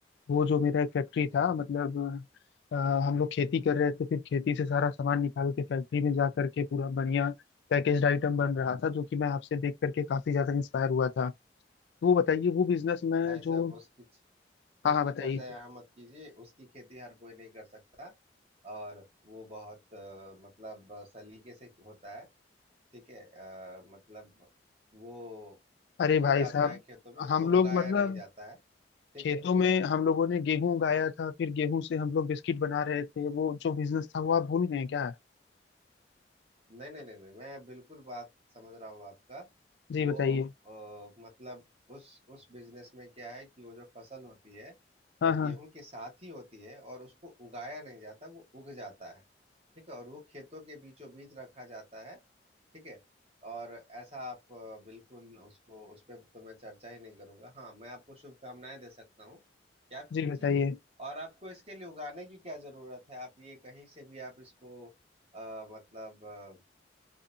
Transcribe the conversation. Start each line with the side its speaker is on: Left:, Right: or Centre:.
Left: वो जो मेरा एक फैक्ट्री
Right: हाँ जी
Left: था
Right: हाँ जी
Left: मतलब अ, हम लोग खेती कर रहे थे फिर खेती से सारा सामान निकाल के फैक्ट्री में जा करके पूरा बढ़िया पैकेज्ड आइटम बन रहा था जो कि मैं आपसे देख करके काफी ज्यादा इंस्पायर हुआ था तो वो बताइए वो बिजनेस में
Right: भाई
Left: जो
Right: साहब उसकी
Left: हाँ
Right: उसकी
Left: हाँ बताइए
Right: चर्चा यहाँ मत कीजिए उसकी खेती हर कोई नहीं कर सकता और वो बहुत अ, मतलब अ, सलीके से होता है ठीक है अ, मतलब वो
Left: अरे भाई
Right: उग जाता
Left: साहब
Right: है खेतों में उसको
Left: हम लोग
Right: उगाया
Left: मतलब
Right: नहीं जाता है ठीक
Left: खेतों
Right: है
Left: में हम लोगों ने गेहूं उगाया था फिर गेहूं से हम लोग बिस्किट बना रहे थे वो जो बिजनेस था वो आप भूल गए क्या
Right: नहीं नहीं नहीं नहीं मैं बिल्कुल बात समझ रहा हूँ आपका
Left: जी
Right: वो
Left: बताइए
Right: अ, मतलब उस उस बिजनेस में क्या है कि वो जो फसल होती है
Left: हाँ
Right: वो
Left: हाँ
Right: गेहूं के साथ ही होती है और उसको उगाया नहीं जाता वो उग जाता है ठीक है और वो खेतों के बीचों बीच रखा जाता है ठीक है और ऐसा आप अ, बिल्कुल उसको उस पर तो मैं चर्चा ही नहीं करूंगा हाँ मैं आपको शुभकामनाएं दे सकता हूँ कि आप
Left: जी
Right: कीजिए
Left: बताइए
Right: और आपको इसके लिए उगाने की क्या जरूरत है आप ये कहीं से भी आप इसको अ, मतलब